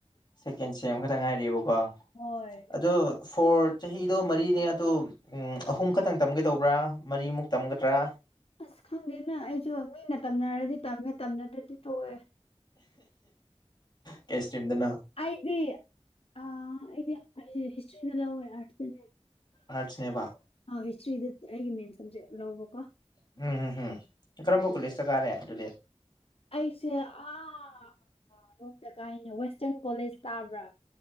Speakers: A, on the left; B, on the left.
A: ꯁꯦꯀꯦꯟ ꯁꯦꯝ ꯑꯃꯈꯛꯇꯪ ꯉꯥꯏꯔꯤꯑꯕꯀꯣ
B: ꯍꯣꯏ
A: ꯑꯗꯣ ꯐꯣꯔ ꯆꯍꯤꯗꯣ ꯃꯔꯤꯅꯦ ꯑꯗꯣ ꯑꯍꯨꯝ ꯈꯛꯇꯪ ꯇꯝꯒꯦꯗꯧꯕ꯭ꯔꯥ ꯃꯔꯤꯃꯨꯛ ꯇꯝꯒꯗ꯭ꯔꯥ
B: ꯑꯁ ꯈꯪꯗꯦꯅ ꯑꯩꯁꯨ ꯃꯤꯅ ꯇꯝꯅꯔꯗꯤ ꯇꯝꯃꯦ ꯇꯝꯅꯗ꯭ꯔꯗꯤ ꯇꯣꯛꯑꯦ
A: ꯀꯩ ꯏꯁꯇ꯭ꯔꯤꯝꯗꯅ
B: ꯑꯩꯗꯤ ꯑ ꯑꯩꯗꯤ ꯑꯩꯗꯤ ꯍꯤꯁꯇ꯭ꯔꯤꯗ ꯂꯧꯋꯦ ꯑꯥꯔꯠꯁꯇꯅꯦ
A: ꯑꯥꯆꯅꯦꯕ
B: ꯑ ꯍꯤꯁꯇ꯭ꯔꯤꯗ ꯑꯩꯒꯤ ꯃꯦꯟ ꯁꯕꯖꯦꯛ ꯂꯧꯕꯀꯣ
A: ꯎꯝ ꯎꯝ ꯎꯝ ꯀꯔꯝꯕ
B: ꯑꯗꯨꯒꯤ
A: ꯀꯣꯂꯦꯖ ꯆ ꯀꯥꯔꯦ ꯑꯗꯨꯗꯤ
B: ꯑꯩꯁꯦ ꯑꯥ ꯔꯣꯝꯗ ꯀꯥꯏꯅꯦ ꯋꯦꯁꯇꯔꯟ ꯀꯣꯂꯦꯖ ꯇꯥꯕ꯭ꯔꯥ